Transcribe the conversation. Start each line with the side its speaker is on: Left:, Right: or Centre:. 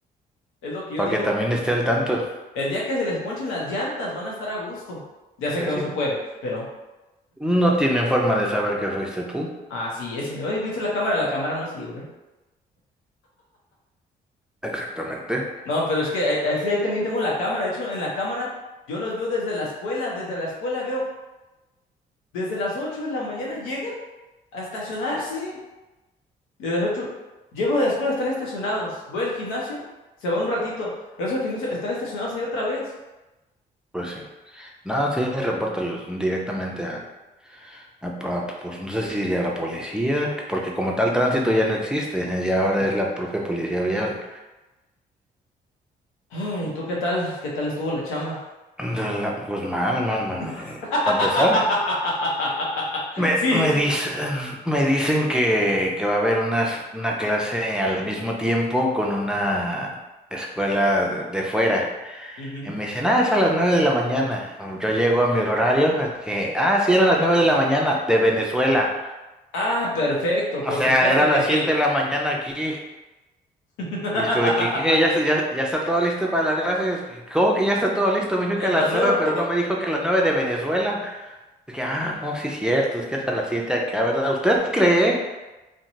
Left: es lo que yo
Centre: para
Left: digo.
Centre: que también esté al tanto.
Left: El día que se les ponchen las llantas van a estar a gusto. Ya sé
Centre: Que
Left: que
Centre: así
Left: no se puede, pero...
Centre: no tienen forma de saber que fuiste tú.
Left: Así es. Y me, Oye, ¿viste la cámara? La cámara no sirve.
Centre: Exactamente.
Left: No, pero es que ahí, es que ahí también tengo la cámara. De hecho, en la cámara yo los veo desde la escuela. Desde la escuela veo, desde las ocho de la mañana llegan a estacionarse. Desde las 8 llego de la escuela, están estacionados. Voy al gimnasio, se van un ratito. Regreso al gimnasio, están estacionados ahí otra vez.
Centre: Pues sí. No, sí, repórtalos directamente a, a- a- pues no sé si diría a la policía, que- porque como tal tránsito ya no existe, eh, ya ahora
Left: Mm.
Centre: es la propia policía vial.
Left: Ay, ¿tú qué tal? ¿Qué tal estuvo la chamba?
Centre: De la- pues mal, mal, mal, mal.
Left: <laughs>
Centre: Para empezar, me,
Left: Sí.
Centre: me dicen, me dicen que, que va a haber unas, una clase al mismo tiempo con una escuela de, de fuera.
Left: Ujú.
Centre: Y me dicen, ah, es a las nueve de la mañana. Yo llego a mi horario, es que, ah, sí, era a las nueve de la mañana, de Venezuela.
Left: Ah, perfecto,
Centre: O
Left: por
Centre: sea,
Left: supuesto
Centre: era las
Left: que sí.
Centre: 7 de la mañana aquí.
Left: <laughs>
Centre: Y es que, que- que ya, ya, ya está todo listo para la clase. Y Es que, ¿cómo que ya está todo listo? Me dijo
Left: Ya
Centre: que a las
Left: pasó.
Centre: 9, pero no me dijo que a las 9 de Venezuela. Es que, ah, no, sí es cierto, es que es a las 7 acá, ¿verdad? ¿Usted cree?